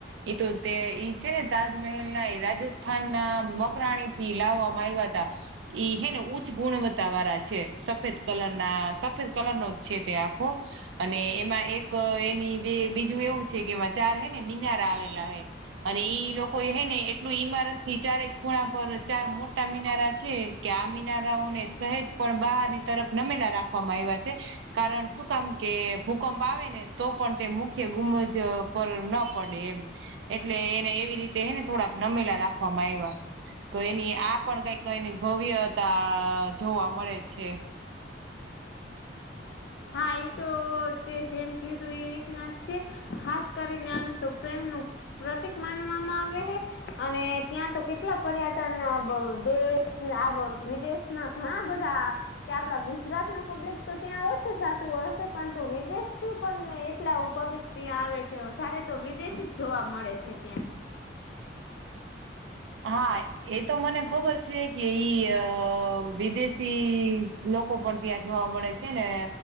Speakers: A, on the right; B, on the left.
A: એ તો તે ઈ છે ને તાજમહેલ ના એ રાજસ્થાન ના મકરાણી, થી લાવવામાં આવ્યા હતા ઈ હેને ઉચ્ચ ગુણવત્તા વાળા છે સફેદ કલર ના સફેદ કલર નો છે તે આખો અને એમાં એક એની બે બીજું એવું છે કે એમાં ચાર હે ને મિનારા આવેલા હૈ અને ઈ લોકો હે ને એટલું ઈમારત થી ચારે ખૂણા પર ચાર મોટા મિનારા છે કે આમીનારાઓને સહેજ પણ બહારની તરફ નમેલા રાખવામાં આવ્યા છે કારણ શું કામ કે ભૂકંપ આવેને તો પણ તે મુખ્ય ગુમજ ઉપ ન પડે એમ એટલે એને એવી રીતે હેને થોડાક નમેલા રાખવામાં આવ્યા તો એની આ પણ કઈક એની ભવ્યતા જોવા મળે છે
B: હા એ તો તે જેમ કીધું એ રીતના છે ખાસ કરીને આને તો પ્રેમ નું પ્રતિક માનવામાં આવે હે અને ત્યાં તો કેટલા પર્યટન <unintelligible> દેશ આ વિદેશ ના ઘણા બધા કે આપડા ગુજરાત ન પબ્લિક તો ત્યાં હો, ચતું હશે પરંતુ વિદેશથી પણ એટલા પબ્લિક ત્યાં આવે છે વધારે તો વિદેશી, જોવા મળે છે ત્યાં.
A: હા એ તો મને ખબર છે કે ઈ વિદેશી, લોકો પણ ત્યાં જોવા મળે છે ને,